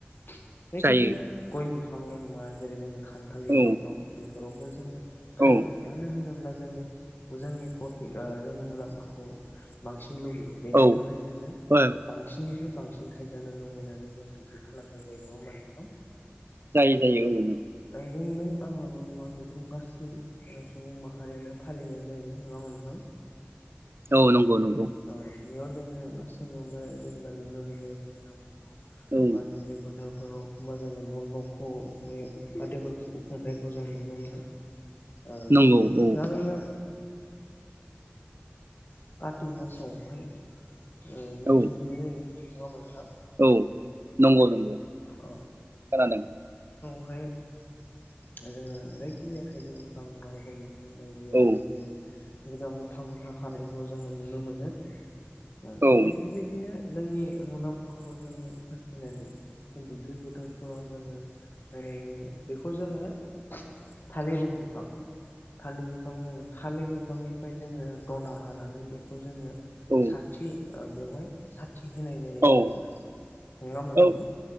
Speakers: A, on the left; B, on the right.
A: <inaudible> जायखिजाया
B: जायो
A: गय बिफ बिफांल' नङा जेरै जोंनि खान्थाल बिफां
B: औ
A: दं बे फोरावबो जोङो खायो
B: औ
A: मानो होनोब्ला जोङो जोंनि प्रफि जोंनि मुलाम्फाखौ बांसि सिन लुबैयो बेनि
B: औ
A: थाखाय जोङो
B: औ
A: बांसिननि साय बांसिन थायजानो लुबैनानै जों बिदि खालामनाय जायो नङा होमा नोंथां
B: जायो जायो औ
A: जों नों आंनाल' नङा बेखौ गासै ओ सुबुं माहारियानो फालिनाय जायो नोङा होमबा नोंथां
B: औ नंगौ नंगौ
A: औ बेयाव जोङो गासैयावबो जेनेबा नुनो मोनो जे लामायाव
B: औ
A: बा दुब्लि फोथार फोराव होमबा जोङो न' न'खौ बे फाथाइफोरखौ खुंनायखौ जों नुनो मोनो ओम
B: नंगौ औ
A: नानोनो <unintelligible> कार्ति मासावहाय ओ नुनो
B: औ
A: मोननाय जायो नङा होमबा नोंथां
B: औ नंगौ नंगौ
A: अ
B: खोनादों।
A: <inaudible> दा जोङो जायखि जाया थाइजौ बिफां नारिकल बि फां बायदियावहाय
B: औ
A: जोङो मुथा मुथा खानायखौ जोङो नुनो मोनो। ओ
B: औ
A: जों बेबायदिनो जोंनि मुलाम्फाखौ जोङो हास्थायनानै दुब्लि फोथारफोराव जोङो होनाय जायो बेखौ जोङो थालिर बिफां थालि बिफां जोङो थालिर बि फांनिफ्राय जोङो दना हानानै बेखौ जोङो
B: औ
A: साथि ओ बेवहाय सा थि होनाय जायो
B: औ
A: आरो ना। नङा होमबा नोंथांन?
B: औ